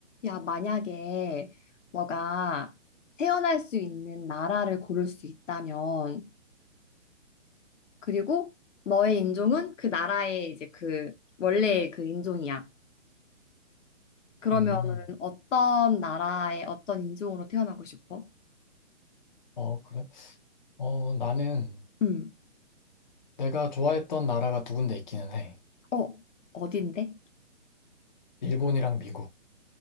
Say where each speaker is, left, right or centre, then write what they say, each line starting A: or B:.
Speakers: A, on the left; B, on the left.
A: 야, 만약에 너가 태어날 수 있는 나라를 고를 수 있다면, 그리고 너의 인종은 그 나라의 이제 그 원래의 그 인종이야. 그러면은
B: 음,
A: 어떤 나라의 어떤 인종으로 태어나고 싶어?
B: 어, 그래? 어, 나는
A: 음.
B: 내가 좋아했던 나라가 두 군데 있기는 해.
A: 어, 어딘데?
B: 일본이랑 미국.